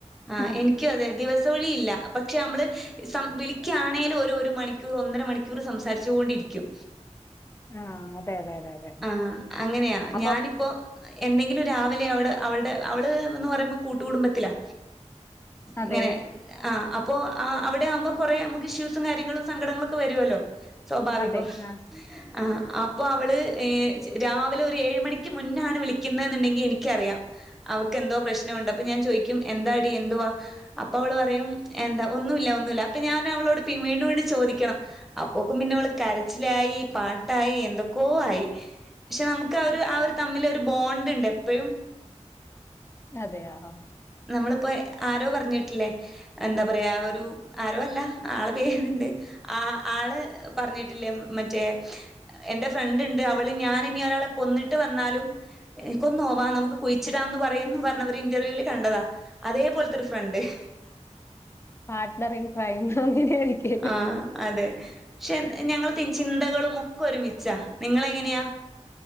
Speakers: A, in the centre; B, on the left.
A: ആ
B: ആഹ്
A: എനിക്കും അതെ ദിവസവിളി ഇല്ല പക്ഷെ നമ്മൾ സം വിളിക്കണെലും ഒരു ഒരു മണിക്കൂർ ഒന്നര മണിക്കൂർ സംസാരിച്ചുകൊണ്ടിരിക്കും
B: ആ അതെ അതെ അതെ അതെ
A: ആ അങ്ങനെയാ
B: അപ്പൊ
A: ഞാനിപ്പോ എന്തെങ്കിലും രാവിലെ അവടെ അവളടെ അവള് എന്ന് പറയുമ്പോൾ കൂട്ടുകുടുംബത്തിലാ
B: അതെ
A: ഇങ്ങനെ ആ അപ്പ് അപ്പൊ അവിടെ ആവുമ്പോ കൊറേ നമുക്ക് ഇഷ്യൂസും കാര്യങ്ങളും സങ്കടങ്ങളും ഒക്കെ വരോവല്ലോ സ്വാഭാവികം
B: അതെ ആഹ്
A: ആ അപ്പൊ അവള് ഏ‌ രാവിലെ ഒരു ഏഴ് മണിക്ക് മുന്നാണ് വിളിക്കുന്നെന്ന് ഉണ്ടെങ്കി എനിക്കറിയാം അവക്ക് എന്തോ പ്രശ്നം ഒണ്ട് അപ്പ ഞാൻ ചോയിക്കും എന്താടി എന്തുവാ അപ്പ അവൾ പറയും എന്താ ഒന്നു ഇല്ല ഒന്നു ഇല്ല അപ്പ ഞനവളോ ട്ട് പിൻ വീണ്ടും വീണ്ടും ചോദിക്കണം അപ്പോക്കും പിന്നെ അവൾ കരച്ചിലായി പാട്ടായി എന്തൊക്കോ ആയി പക്ഷെ നമുക്ക് ആവര് ആ ഒരു തമ്മിൽ ഒരു ബോണ്ട് ഉണ്ട് എപ്പഴും
B: അതെയോ
A: നമ്മളിപ്പ ആരോ പറഞ്ഞിട്ടില്ലേ എന്താ പറയാ ഒരു ആരോയല്ല ആള് പേര്ണ്ട് ആ ആള് പറഞ്ഞിട്ടില്ലേ മറ്റേ എന്റെ ഫ്രണ്ട് ഉണ്ട് അവള് ഞാനും ഇനി ഒരാളെ കൊന്നിട്ട് വന്നാലും കൊന്നോവാ നമുക്ക് കുഴിച്ചിടാന്ന് പറയന്ന് പറഞ്ഞവര് ഇന്റർവ്യൂവിൽ കണ്ടതാ അതേ പോലത്തെ ഒരു ഫ്രണ്ട് <inaudible>
B: പാർട്ട്ണർ ഇൻ ക്രൈം അങ്ങനെയായിരിക്കല്ലേ
A: അ ആ അതെ പക്ഷെ ഞങ്ങൾ ചിന്തകൾ മോ ഒരുമിച്ചാ നിങ്ങള് എങ്ങനെയാ